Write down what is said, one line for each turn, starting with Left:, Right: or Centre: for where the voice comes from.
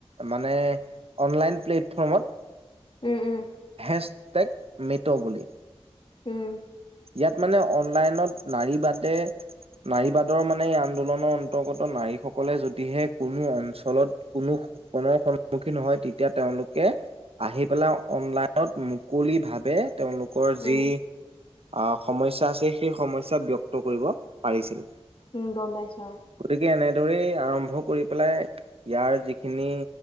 Right: মানে অনলাইন প্লেটফৰ্মত
Left: উম উম।
Right: হেছটেগ মিট' বুলি।
Left: উম।
Right: ইয়াত মানে অনলাইনত নাৰী বাদে নাৰী বাদৰ মানে এই আন্দোলনৰ অন্তৰ্গত নাৰীসকলে যদিহে কোনো অঞ্চলত কোনো সপনৰ সন্মুখীন হয় তেতিয়া তেওঁলোকে আহি পেলাই অনলাইনত মুকলি ভাৱে তেওঁলোকৰ যি
Left: উম
Right: অ' সমস্যা আছে, সেই সমস্যা ব্যক্ত কৰিব পাৰিছিল।
Left: উম, গম পাইছো অ'।
Right: গতিকে এনেদৰেই আৰম্ভ কৰি পেলাই ইয়াৰ যিখিনি,